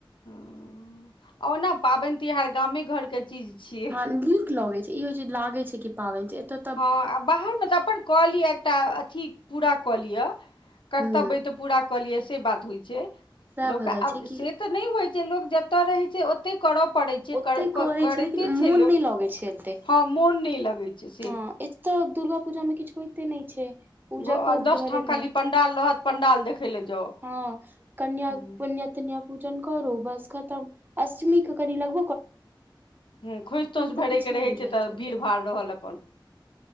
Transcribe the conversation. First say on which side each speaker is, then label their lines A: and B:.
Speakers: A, on the left; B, on the right.
A: हँ, ओना पाबनि -तिहार गामे घर के चीज छियै।
B: हँ नीक लगै छय, ई होइ छय लागै छै कि पाबनि छय, एतअ
A: हँ आ बाहर मे त अपन क लिय एकटा अथी पूरा कऽ लिय, कर्तव्य
B: हूँ
A: अय त पूरा क लिय, से बात होइ छय।
B: सएह
A: लोक
B: भऽ
A: आब,
B: जाइ छै कि
A: से त नहि होइ छय, लोक जतय रहै छय ओतहि करय पड़ै। जे
B: ओते
A: क रै के
B: करै
A: कैरते
B: छै लेकिन
A: छय
B: मोन
A: लोक,
B: नहि लगै छै एते
A: हँ मोन नहि लगै छय।
B: हँ एतऽ दुर्गा पूजामे किछु होइते नहि छै। पूजा
A: गो-
B: करू
A: आ दस
B: घरेमे,
A: ठाम खाली पण्डाल रहत पण्डाल देखय लए जाउ
B: हँ कन्या
A: हूँ
B: पुन्य -तन्य पूजन करू बस खतम, अष्टमी क करी लग
A: ह खोइछ -तोछ
B: तऽ
A: भरयके
B: किछु नहि
A: रहै
B: बुझाइ
A: छै तऽ,
B: एते
A: भीड़- भाड़ रहल अपन।